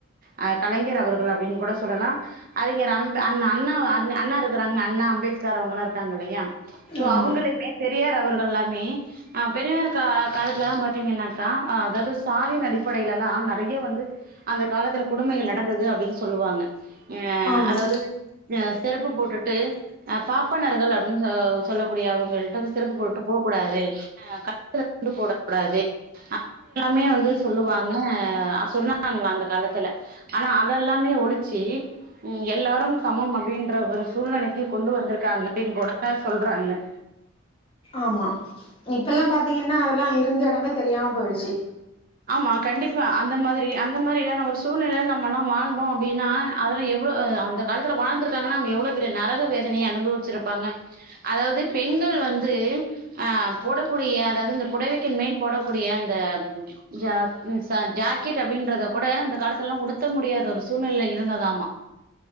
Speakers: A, on the right (about 40°); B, on the left (about 25°).
A: அ கலைஞர் அவர்கள் அப்பிடின்னு கூட சொல்லலா அறிஞர் அண் அந்த அண்ணா அ அண்ணா இருக்குறாங்க அண்ணா அம்பேத்கர் அவங்கள்ல்லா இருக்காங்க இல்லையா சோ
B: ஆமா
A: அவங்களயுமே பெரியார் அவர்கள் எல்லாமே அ பெரியார் கா லத்துலல்லா பாத்தீங்கன்னாக்கா அ அதாவது சாதியின் அடிப்படையில எல்லா நெறைய வந்து அந்த காலத்துல கொடுமைகள் நடந்தது அப்பிடின்னு சொல்லுவாங்க அ
B: ஆமா
A: அதாவது எ செருப்பு போட்டுட்டு அ பாப்பனர்கள் அப்பிடின்னு சொ சொல்லக்கூடிய அவங்கள்ட்ட வந்து செருப்பு போட்டுட்டு போ கூடாது ஆ கழுத்துல துண்டு போடக் கூடாது அப்பிடி எல்லாமே வந்து சொல்லுவாங்க அ சொன்னாங்களா அந்த காலத்துல ஆனா அதெல்லாமே ஒழிச்சு ம் எல்லாரும் சமம் அப்டின்ற ஒரு சூழ்நிலைக்கு கொண்டு வந்திருக்காங்க அப்டின்னு கூட சொல்றாங்க
B: ஆமா இப்பல்லா பாத்தீங்கன்னா அதெல்லா இருந்த எடமே தெரியாம போயிடுச்சி
A: ஆமா கண்டிப்பா அந்த மாதிரி அந்த மாரியான ஒரு சூழ்நிலைல நம்மெல்லா வாழ்ந்தோ அப்பிடின்னா அதெல்லா எவ்ளோ அ அந்த காலத்துல வாழ்ந்திருக்காங்கன்னா அவங்க எவ்ளோ பெரிய நரக வேதனய அனுபவிச்சிருப்பாங்க அதாவது பெண்கள் வந்து அ போடக்கூடிய அதாவது இந்த புடவைக்கே மேல் போடக்கூடிய அந்த ஜ ம் ச ஜாக்கெட் அப்டின்றத கூட அந்த காலத்துலல்லா உடுத்த முடியாத ஒரு சூழ்நிலை இருந்ததாமா